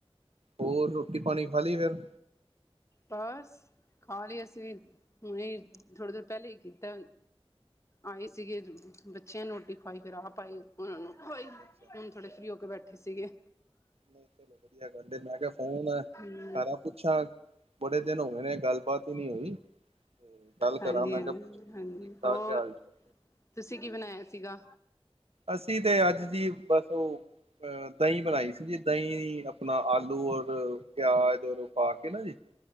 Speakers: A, on the right; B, on the left.
A: ਹੋਰ ਰੋਟੀ-ਪਾਣੀ ਖਾਲੀ ਫੇਰ।
B: ਬਾਸ ਖਾਲੀ ਅਸੀਂ ਵੀ ਹੁਣੇ
A: ਅੱਛਾ
B: ਥੋੜੀ ਦੇਰ ਪੈਲੇ ਈ ਕੀਤੈ। ਆਏ ਸੀਗੇ ਬੱਚੇ ਨੂੰ ਰੋਟੀ ਖਵਾਈ ਫੇਰ ਆਪ ਆਏ। ਓਨਾ ਨੂੰ ਖਵਾਈ
A: ਅੱਛਾ
B: ਹੁਣ ਥੋੜੇ ਫ੍ਰੀ ਹੋ ਕੇ ਬੈਠੇ ਸੀਗੇ।
A: ਨਈ ਚਲੋ ਵਧੀਆ ਗੱਲ ਏ ਮੈਂ ਕਿਆ ਫੋਨ
B: ਹਮ ਹਾਂਜੀ
A: ਕਰਾਂ ਪੁੱਛਾਂ ਬੜੇ ਦਿਨ ਹੋਗੇ ਨੇ ਗੱਲਬਾਤ ਗੱਲ ਹੀ ਨਹੀਂ ਹੋਈ ਤੇ ਕਰਾਂ
B: ਹਾਂਜੀ,
A: ਮੈਂ ਕਿਹਾ
B: ਹਾਂਜੀ,
A: ਪੁੱਛ
B: ਹਾਂਜੀ
A: ਠੀਕ ਠਾਕ
B: ਹੋਰ?
A: ਹਾਲ ਚਾਲ
B: ਤੁਸੀਂ ਕੀ ਬਣਾਇਆ ਸੀਗਾ?
A: ਅਸੀਂ ਤੇ ਅੱਜ ਜੀ ਬਸ ਓ ਅ ਦਈ ਬਣਾਈ ਸੀਗੀ ਦਈ ਆਪਣਾ ਆਲੂ ਔਰ ਪਿਆਜ ਔਰ ਪਾ ਕੇ ਨਾ ਜੀ